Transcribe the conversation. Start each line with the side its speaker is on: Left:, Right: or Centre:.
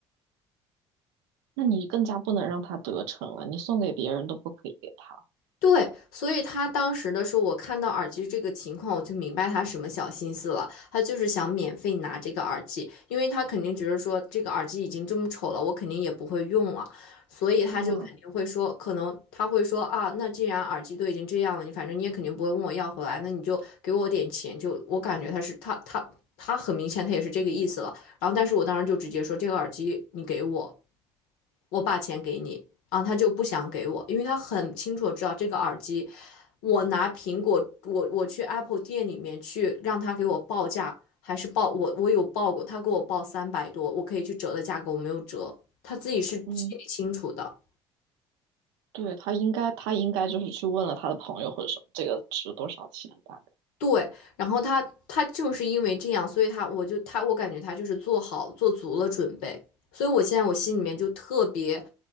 Right: 那你更加不能让他得逞了，你送给别人都不可以给他。
Left: 对，所以他当时的时候，我看到耳机这个情况，我就明白他什么小心思了。他就是想免费拿这个耳机，因为他肯定觉得说这个耳机已经这么丑了，我肯定也不会用了，所以他就肯定会说，
Right: 嗯
Left: 可能他会说啊，那既然耳机都已经这样了，你反正你也肯定不会问我要回来，那你就给我点钱。就我感觉他是他他他很明显他也是这个意思了。然后，但是我当时就直接说这个耳机你给我，我把钱给你。啊，他就不想给我，因为他很清楚地知道这个耳机，我拿苹果，我我去 Apple 店里面去让他给我报价，还是报我我有报过，他给我报三百多，我可以去折的价格我没有折，他自己是心里清楚的。
Right: 嗯，对，他应该，他应该就是去问了他的朋友或者什么，这个值多少钱大概。
Left: 对，然后他他正是因为这样，所以他我就他我感觉他就是做好做足了准备，所以我现在我心里面就特别